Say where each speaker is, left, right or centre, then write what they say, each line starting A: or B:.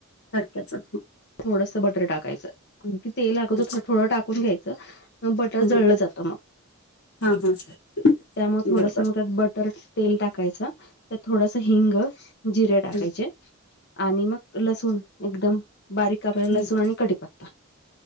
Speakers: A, on the left (about 80°); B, on the left (about 50°).
A: तडक्याचा,
B: थोडस बटर टाकायचं अगदी तेल अगोदर
A: अच्छा
B: थोडं टाकून घ्यायचं ब टर
A: हम्म
B: जळलं जात मग
A: हा हा हा
B: त्यामुळे थोडस
A: बरोबर
B: मग त्यात बटर तेल टाकायच त्यात थोडस हिंग जिरे टाकायचे.
A: हम्म
B: आणि मग लसूण एकदम बारीक कापलेला
A: हम्म
B: लसूण आणि मग कढीपत्ता.